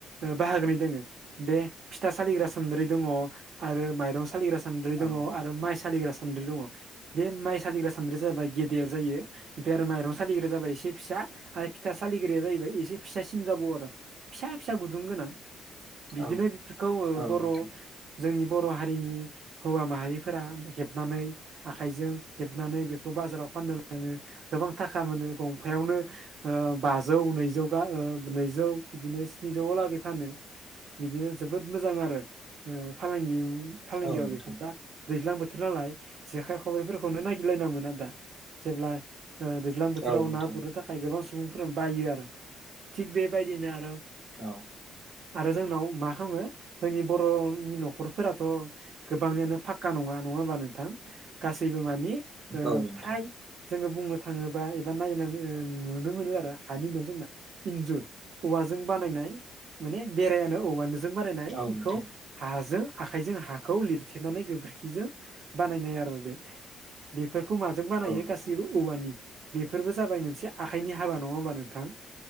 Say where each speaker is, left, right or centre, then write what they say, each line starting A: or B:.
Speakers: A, on the right; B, on the right.
A: बाहागोनि दोङो बे फिथा सालिग्रा सान्द्रि दङ' आरो माइरं सालिग्रा सान्द्रि दङ'
B: औ
A: आरो माइ सालिग्रा सान्द्रि दङ'। बे माइ सालिग्रा सानद्रिया जाबाय गेदेर जायो ओमफ्राय आरो माइरं सालिग्राया जाबाय एसे फिसा आरो फिथा सालिग्राया जाहैबाय एसे फिसासिन जाबावो आरो फिसा फिसा गुदुं गोनां। बिदिनो
B: औ
A: बेफोरखौ
B: औ
A: बर'
B: नोंथां
A: जोंनि बर' हारिनि हौवा मा हारिफोरा हेबनानै आखाइजों हेबनानै बेखौ बाजाराव फाननो लाङो गोबां थाखा मोनो गंफायावनो ओ बाजौ नैजौ ओ नैजौ बिदिनो स्निजौ लागै फानो बिदिनो जोबोद मोजां आरो ओ फालांगि फालांगियाव
B: औ नोंथां
A: बेखौ दा दैज्लां बोथोर नालाय जेखाइ खबाइफोरखौनो नागिरलायना मोना दा जेब्ला ओ दैज्लां बोथोराव
B: औ नोंथां
A: ना गुरनो थाखाय गोबां सुबुंफोरानो बायो आरो। थिग बेबायदिनो आरो
B: औ
A: आरो जोंनाव मा खालामो जोंनि बर' न'खरफोराथ' गोबांनियानो फाक्का नङा। नङा होमबा नोंथां गासैबो मानि ओ
B: औ नोंथां
A: फ्राय जोङो बुंनो थाङोबा एबा नायनानै नुनो मोनो आरो हानि न' जोंना इन्जुर औवाजों बानायनाय माने बेरायानो औवानोजों बानायनाय
B: औ
A: बेखौ
B: नोंथां
A: हाजों आखाइजों हा खौ लिरथेनानै गोबोरखिजों बानायनाय आरो बे बे फोरखौ माजों बानायो
B: औ नोंथां
A: गासिबो औवानि बेफोरबो जाबाय मोनसे आखाइनि हाबा नङा होमबा नोंथां